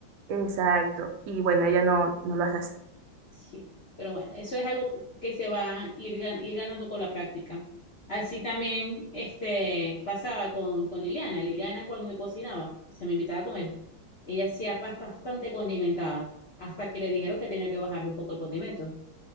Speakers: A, on the right; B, on the left.
A: exacto. Y bueno, ella no, no lo hace así.
B: Sí. Pero bueno, eso es algo que se va a ir, gan- ir ganando con la práctica. Así también, este, pasaba con, con Liliana. Liliana cuando me cocinaba, se me invitaba a comer. Ella hacía pasta bastante condimentada, hasta que le dijeron que tenía que bajarle un poco el condimento.